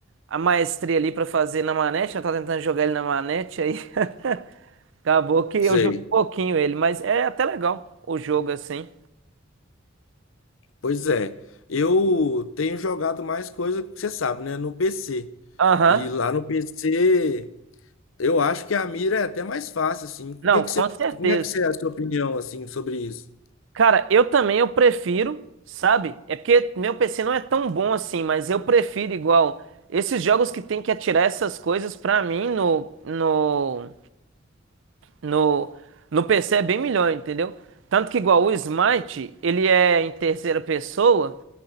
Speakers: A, on the right; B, on the left.
A: a maestria ali pra fazer na manete, eu tava tentando jogar ele na manete, aí <laughs> acabou que eu
B: sei.
A: joguei um pouquinho ele, mas é até legal o jogo assim.
B: Pois é. Eu tenho jogado mais coisa, que você sabe, né? No PC.
A: Aham.
B: E lá no PC, eu acho que a mira é até mais fácil, assim.
A: Não,
B: O que que
A: com
B: você,
A: certeza.
B: como é que você é a sua opinião, assim, sobre isso?
A: Cara, eu também eu prefiro, sabe? É porque meu PC não é tão bom assim, mas eu prefiro igual esses jogos que tem que atirar essas coisas pra mim no no no no PC é bem melhor, entendeu? Tanto que igual o Smite, ele é em terceira pessoa